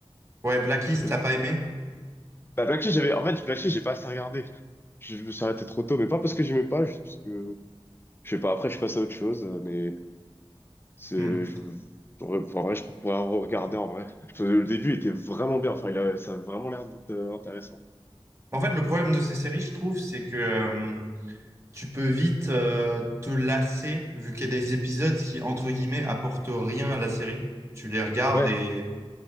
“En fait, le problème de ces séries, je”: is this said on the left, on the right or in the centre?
Right